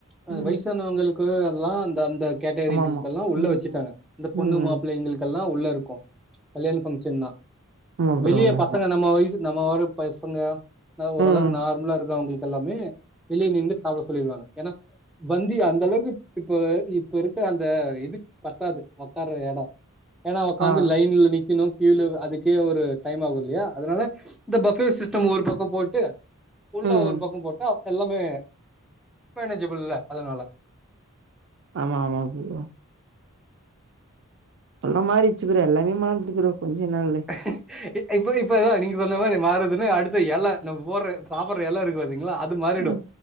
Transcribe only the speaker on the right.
ம்
ஆமா ஆமா
ம்
ம்
ஆமா ப்ரோ
ஆமா ஆமா
ம்
ஆ
ம்
ஆமா ஆமா ப்ரோ அல்லாம் மாறிடுச்சு ப்ரோ எல்லாமே மாறிடுச்சு ப்ரோ கொஞ்ச நால்ல
ம்